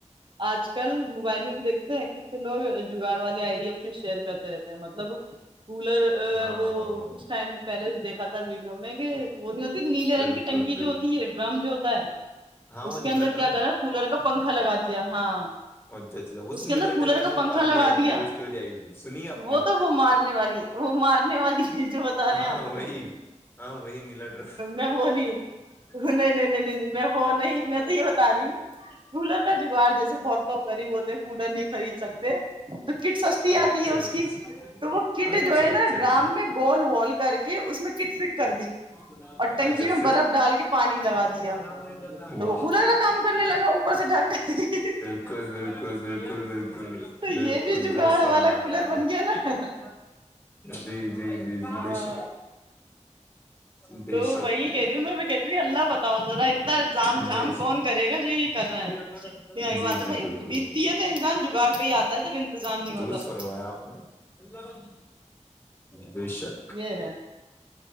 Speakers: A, on the right; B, on the left.
A: آج کل موبائل میں بھی دیکھتے ہیں کتنے لوگ جگاڑ والے آئی ڈی اپنے شیئر کرتے رہتے ہیں کیا مطلب کولر
B: ہاں
A: وہ کچھ ٹائم پہلے دیکھا تھا ویڈیو میں کہ وہ نہیں ہوتی نیلے
B: بالکل
A: رنگ کی ٹنکی
B: بالکل
A: جو ہوتی ہے ڈرم جو ہوتا ہے
B: ہاں
A: اس
B: وہ
A: کے
B: نیلا
A: اندر
B: ڈرم
A: کیا کرا کولر کا پنکھا لگا دیا ہاں
B: اچھا اچھا اس
A: کے
B: نیل
A: اندر
B: ڈریم
A: کولر کا
B: جو
A: پنکھا
B: کہانی
A: لگا
B: آئی
A: دیا
B: تھی وہ اسٹوری آئی تھی سنی آپ
A: وہ
B: نے
A: تو وہ مارنے والی وہ مارنے والی جو بتا
B: ہاں
A: رہے ہیں آپ
B: وہی ہاں وہی نیلا ڈر ک
A: میں وہ نہیں نہیں
B: کرو
A: نہیں نہیں نہیں
B: <inaudible>
A: میں وہ نہیں میں تو یہ بتا رہی ہوں کولر کا جگاڑ جسے بہت لوگ غریب ہوتے ہیں کولر نہیں خرید سکتے تو کٹ سستی
B: اچھا
A: آتی ہے اس
B: اچھا اچھا اچھا
A: کی تو وہ کٹ جو ہے
B: اچھا
A: نا ڈرام
B: اچھا
A: میں گول ہول کر کے اس میں کٹ فٹ کر دی
B: اچھا
A: اور ٹنکی
B: اچھا
A: میں
B: پھر
A: برف ڈال کے پانی
B: واہ
A: لگا دیا تو وہ کولر کا کام کرنے لگا بس ڈٹھک <inaudible>
B: بالکل بالکل بالکل بالکل
A: تو یہ
B: بالکل
A: بھی جگاڑ
B: درست فرمایا
A: والا کولر
B: ہمپ
A: بن
B: نے <inaudible>
A: گیا نا
B: جی جی جی جی
A: ہاں
B: ب شک <inaudible> بے
A: تو
B: شک
A: وہی
B: بے شک
A: کہہ رہی ہوں میں میں کہتی ہوں اللہ بتاؤ ذرا اتنا ڈرام
B: بے
A: جھام
B: شک
A: کون کرے گا جو یہ کر رہے
B: اللہ
A: ہیں
B: کا فکر
A: یہاں کی
B: جی
A: بات ہے
B: جی
A: بھائی
B: بلکل
A: بیتتی ہے تو انسان جگاڑ پہ ہی آتا ہے جب انتظام نہیں ہوتا
B: درست
A: تو
B: فرمایا آپ نے اللہ بیشک <inaudible>
A: یہ ہے